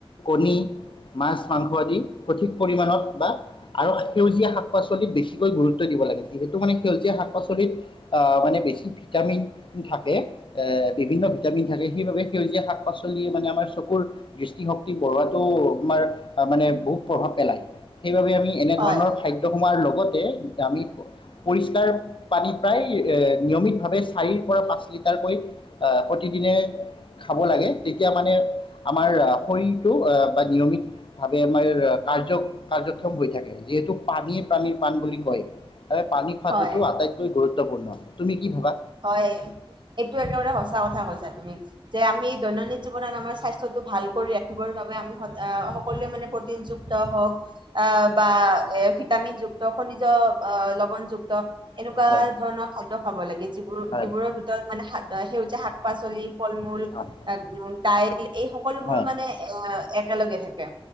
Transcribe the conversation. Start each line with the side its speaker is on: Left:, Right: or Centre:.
Left: কণী, মাছ, মাংস আদি সঠিক। পৰিমাণত বা আৰু সেউজীয়া শাক-পাচলিত বেছিকৈ গুৰুত্ব দিব লাগে যিহেতু মানে সেউজীয়া শাক পাচলিত আহ মানে বেছি ভিটামিন থাকে এ বিভিন্ন ভিটামিন থাকে সেইবাবে সেউজীয়া শাক পাচলিয়ে মানে আমাৰ চকুৰ দৃষ্টিশক্তি বঢ়োৱাটো আমাৰ মানে বহুত প্ৰভাৱ পেলায়। সেইবাবে আমি এনেধৰণৰ
Right: হয়
Left: খাদ্য সোমাৰ লগ- আগতে আমি পৰিষ্কাৰ পানীত- প্ৰায় নিয়মিতভাৱে চাৰিৰ পৰা পাঁচ লিটাৰকৈ প্ৰতিদিনে খাব লাগে। তেতিয়া মানে আমাৰ শৰীৰটো বা নিয়মিতভাৱে আমাৰ কাৰ্য- কাৰ্যক্ষম হৈ থাকে যিহেতু পানীয়ে প্ৰাণীৰ প্ৰাণ বুলি কয়। এ পানী খোৱাটোতো
Right: হয়
Left: আটাইতকৈ গুৰুত্বপূৰ্ণ। তুমি কি ভাবা
Right: হয় এইটো একেবাৰে সঁচা কথা কৈছা তু মি, যে আমি দৈনন্দিন জীৱনত আমাৰ স্বাস্থ্যটো ভাল কৰি ৰাখিবৰ বাবে আমি স, সকলোৱে মানে প্ৰটিনযুক্ত হওঁক- অ বা এ ভিতামিন যুক্ত খনিজ অ' লৱণযুক্ত এনেকুৱা
Left: হয়
Right: ধৰণৰ খাদ্য খাব লাগে, যি-
Left: হয়
Right: সিবোৰৰ ভিতৰত মানে সেউজীয়া শাক-পাচলি, ফল- মূল,
Left: হয়
Right: দাইল এই সকলোবোৰ
Left: হয়
Right: মানে এ একেলগে থাকে।